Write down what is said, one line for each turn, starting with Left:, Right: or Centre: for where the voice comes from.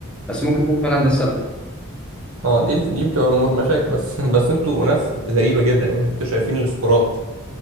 Centre: بس ممكن يكون فعلا ده السبب
Right: اه دي ال- دي بتبقى م- مشاكل بس <laughs> بس انتوا ناس غريبه جدا يعني انتوا شايفين السكورات